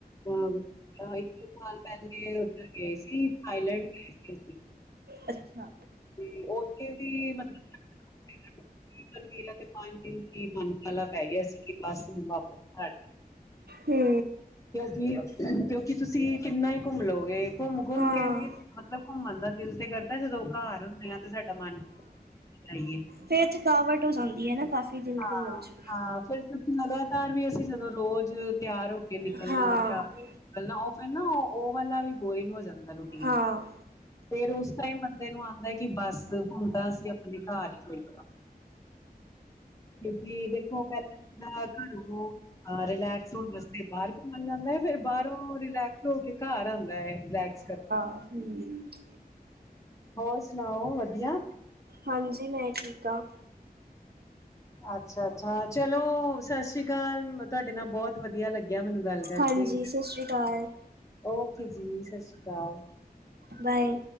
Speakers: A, on the left (about 20°); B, on the right (about 80°).
A: ਹਾਂ, ਤਾਂ ਇੱਕ ਸਾਲ ਪੈਲੇ ਉੱਧਰ ਗਏ ਸੀ, ਥਾਈਲੈਂਡ ਗਏ ਸੀ ਅਸੀ।
B: ਅੱਛਾ।
A: 'ਤੇ ਓੱਥੇ ਵੀ, ਮਤਲਬ ਪਰ ਮੇਰਾ ਤੇ ਪੰਜ ਦਿਨ ਹੀ ਮਨ ਕਾਹਲਾ ਪੈ ਗਿਆ ਸੀ ਕਿ ਬਸ ਹੁਨ, ਵਾਪਸ ਘਰ
B: ਹੂੰ।
A: ਕਿਉਂਕਿ, ਕਿਉਂਕਿ ਤੁਸੀਂ ਕਿੰਨਾ ਈ ਘੁੰਮ ਲੋਗੇ? ਘੁੰਮ- ਘੁੰਮ
B: ਹਾਂ
A: ਕੇ ਵੀ, ਮਤਲਬ ਘੁੰਮਨ ਦਾ ਦਿਲ ਤੇ ਕਰਦਾ ਜਦੋਂ ਘਰ ਹੁੰਨੇ ਆ, 'ਤੇ ਸਾਡਾ ਮਨ ਜਾਈਏ
B: ਫੇਰ ਥਕਾਵਟ ਹੋ ਜਾਂਦੀ ਏ ਨਾ ਕਾਫੀ ਦਿਨ
A: ਹਾਂ
B: ਘੁੰਮਨ 'ਚ।
A: ਹਾਂ ਫਿਰ ਲਗਾਤਾਰ ਵੀ ਅਸੀਂ ਜਦੋਂ ਰੋਜ਼ ਤਿਆਰ ਹੋ ਕੇ ਨਿਕਲਣਾ।
B: ਹਾਂ,
A: ਫ ਨਾਓਨ ਏ ਨਾ ਓਹ ਵਾਲਾ ਵੀ ਬੋਰਿੰਗ ਹੋ ਜਾਂਦਾ। ਰੂਟੀਨ
B: ਹਾਂ।
A: ਫੇਰ ਉਸ ਟਾਈਮ ਬੰਦੇ ਨੂੰ ਆਉਂਦਾ ਕਿ ਬਸ ਹੁਣ ਤਾਂ ਅਸੀਂ ਆਪਣੇ ਘਰ ਹੀ ਠੀਕ ਹਾਂ। ਕਿਉਂਕਿ ਦੇਖੋ ਪਹਿਲਾਂ ਘਰੋਂ ਰਿਲੈਕਸ ਹੋਣ ਫੇਰ ਬਾਹਰ ਘੁੰਮਣ ਜਾਂਦਾ ਹੈ ਫੇਰ ਬਾਹਰੋਂ ਰਿਲੈਕਟ ਹੋ ਕੇ ਘਰ ਆਉਂਦਾ ਹੈ ਰਿਲੈਕਸ ਕਰਕੇ।
B: ਪ
A: ਹੋਰ ਸੁਣਾਓ ਵਧੀਆ?
B: ਹਾਂਜੀ ਮੈਂ ਠੀਕ ਹਾਂ।
A: ਅੱਛਾ -ਅੱਛਾ ਚਲੋ ਸਤਿ ਸ੍ਰੀ ਅਕਾਲ! ਤੁਹਾਡੇ ਨਾਲ ਬਹੁਤ ਵਧੀਆ ਲੱਗੀ ਗਿਆ ਮੈਨੂੰ ਗੱਲ ਕਰਕੇ,
B: ਹਾਂਜੀ, ਸਤਿ ਸ਼੍ਰੀ ਅਕਾਲ,
A: ਓਕੇ ਜੀ, ਸਤਿ ਸ੍ਰੀ ਅਕਾਲ।
B: ਬਾਏ।